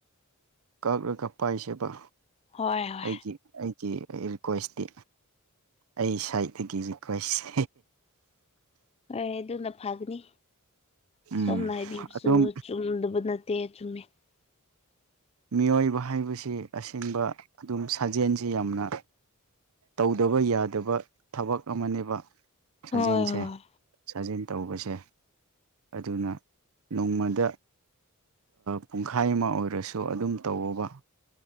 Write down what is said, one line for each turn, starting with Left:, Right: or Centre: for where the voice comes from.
Right: ꯀꯛꯂꯒ ꯄꯥꯏꯁꯦꯕ
Left: ꯍꯣꯏ ꯍꯣꯏ
Right: ꯑꯩꯒꯤ ꯀ ꯑꯩ ꯔꯤꯀ꯭ꯋꯦꯁꯇꯤ ꯑꯩ ꯁ꯭ꯋꯥꯠꯇꯒꯤ ꯔꯤꯀ꯭ꯋꯦꯁꯁ
Left: ꯍꯣꯏ ꯑꯗꯨꯅ ꯐꯒꯅꯤ
Right: ꯎꯝ
Left: ꯑꯁꯣꯝꯅ ꯍꯥꯏꯕꯤꯕꯁꯨ
Right: ꯑꯗꯨꯝ
Left: ꯆꯨꯝꯗꯕ ꯅ ꯇ ꯆꯨꯝꯃꯦ <inaudible>
Right: ꯃꯤꯑꯣꯏꯕ ꯍꯥꯏꯕꯁꯤ ꯑꯁꯦꯡꯕ ꯑꯗꯨꯝ ꯁꯥꯖꯦꯜꯁꯤ ꯌꯥꯝꯅ ꯇꯧꯗꯕ ꯌꯥꯗꯕ ꯊꯕꯛ ꯑꯃꯅꯦꯕ ꯁꯥꯖꯦꯜꯁꯦ
Left: ꯍꯣꯏ ꯍꯣꯏ
Right: ꯁꯥꯖꯦꯜ ꯇꯧꯕꯁꯦ ꯑꯗꯨꯅ ꯅꯣꯡꯃꯗ ꯄꯨꯡꯈꯥꯏ ꯑꯃ ꯑꯣꯏꯔꯁꯨ ꯑꯗꯨꯝ ꯇꯧꯕ